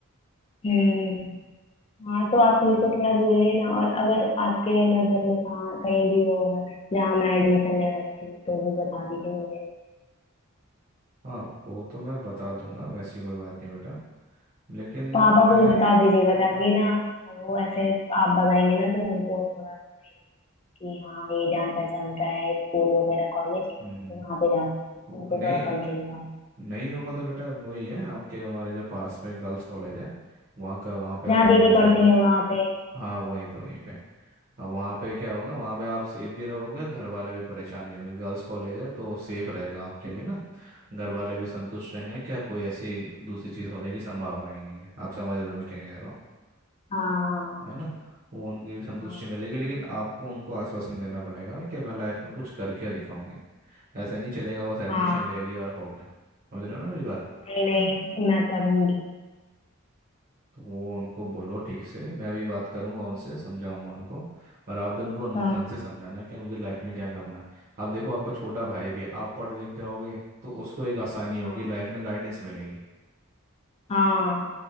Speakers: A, on the left (about 25°); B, on the right (about 45°).
A: हम्म हाँ तो आप उनको
B: हम्म।
A: थोड़ा बोलिए ना और अगर आपके नजर में कहाँ कहीं भी वो होगा जहाँ मैं एडमिशन ले सकती हूँ तो भी बता दीजिए मुझे
B: हाँ वो तो मैं बता दूंगा वैसी कोई बात नहीं बेटा लेकिन
A: पापा
B: मैं
A: को भी बता दीजिएगा ताकि ना वो ऐसे आप बताएंगे ना तो उनको थोड़ा कि हाँ ये जान पहचान का है स्कूल वगैरह कॉलेज तो
B: हम्म,
A: वहाँ पे जा सकते
B: वो
A: हैं। उनको
B: नहीं
A: थोड़ा कम चिंता हो
B: नहीं होगा तो बेटा वही है आपके हमारे जो पास में गर्ल्स कॉलेज है वहाँ का वहाँ पे आपका
A: जहाँ दीदी
B: हम्म। एडमिशन
A: पढ़ती
B: करा
A: है वहाँ पे
B: हाँ वहीं पे वहीं पे अब वहाँ पे क्या होगा वहाँ पे आप सेफ भी रहोगे और घर वाले भी परेशान नहीं होंगे गर्ल्स कॉलेज है तो सेफ रहेगा आपके लिए ना घर वाले भी संतुष्ट रहेंगे क्या कोई ऐसी दूसरी चीज़ होने की संभावना ही नहीं है आप समझ रहे हो मैं क्या कह रहा हूँ
A: हाँ
B: है ना वो उनकी भी संतुष्टि
A: हाँ
B: मिलेगी लेकिन आपको उनको आश्वासन देना पड़ेगा कि मैं लाइफ में कुछ करके दिखाऊंगी ऐसे नहीं चलेगा बस एडमिशन
A: हाँ हाँ
B: ले लिया और हो गया समझ रहे हो ना मेरी बात
A: नहीं नहीं मैं पढ़ूंगी
B: तो वो उनको बोलो ठीक से मैं अभी बात करूंगा उनसे समझाऊंगा उनको और आप भी उनको उन-
A: हाँ
B: ढंग से समझाना है कि मुझे लाइफ में क्या करना है आप देखो आपका छोटा भाई भी है आप पढ़ लिख जाओगे तो उसको एक आसानी होगी
A: हाँ
B: लाइफ में गाइडेंस मिलेगी
A: हाँ